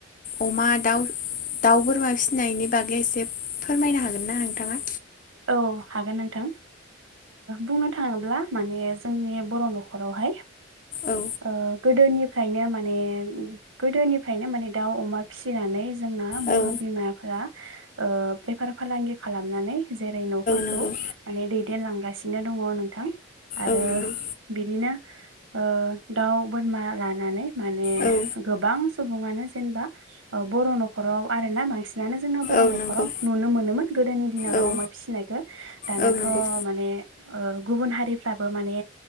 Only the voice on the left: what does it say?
अमा दाउ दाउ बोरमा फिसिनायनि बागै एसे फोरमायनो हागोन ना नोंथाङा?
औ
औ
नंगौ
औ नंगौ
औ
औ
नंगौ
औ
औ नंगौ